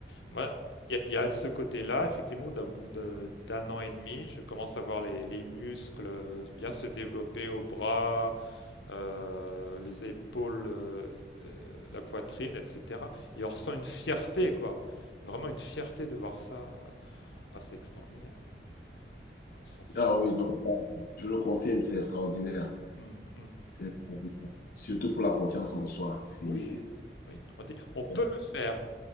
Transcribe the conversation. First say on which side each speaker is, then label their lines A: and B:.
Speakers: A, on the left (about 85°); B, on the left (about 55°).
A: Ouais. Il y, a il y a ce côté-là, effectivement, d'un bout de- d'un an et demi, je commence à voir les, les muscles euh, bien se développer aux bras, euh, les épaules, euh, euh, la poitrine, etc. Et on ressent une fierté, quoi. Vraiment une fierté de voir ça. Ah, c'est extraordinaire, ouais. On se sent fier.
B: Ah oui, non, je le confirme, c'est extraordinaire.
A: Mm, mm.
B: C'est extraordinaire. Surtout pour la confiance en soi. C'est,
A: Oui, oui. On dit, on peut
B: ouais.
A: le faire.